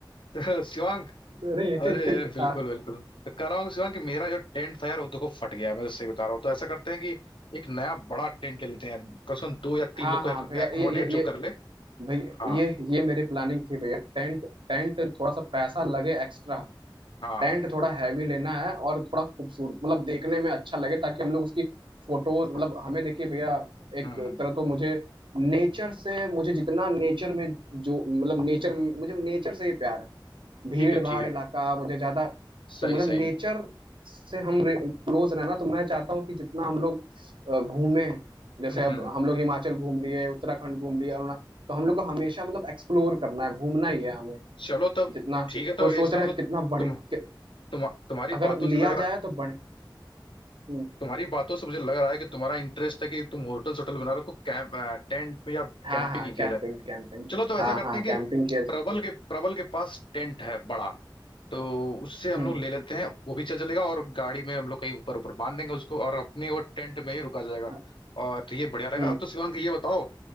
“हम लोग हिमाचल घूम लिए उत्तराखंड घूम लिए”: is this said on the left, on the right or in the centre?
Right